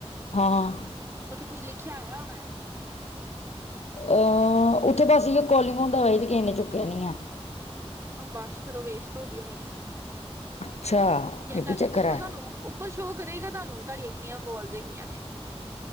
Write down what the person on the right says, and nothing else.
ਓਥੇ ਕੁਛ ਲਿਖਿਆ ਆਯਾ ਹੋਣਾ।
ਬਸ ਫੇਰ ਓ ਵੇਸਟ ਹੋ ਗਈ ਹੋਣੀ ਏ।
ਜਾਂ
ਤਾਡੇ
ਉੱਪਰ
ਤੁਆਨੂੰ ਉੱਪਰ ਸ਼ੋਅ ਕਰੇਗਾ ਤਾਨੂੰ ਤੁਆਡੀਆਂ ਕਿੰਨੀਆਂ ਕੋਲਜ ਹੈਗੀਆਂ ਨੇ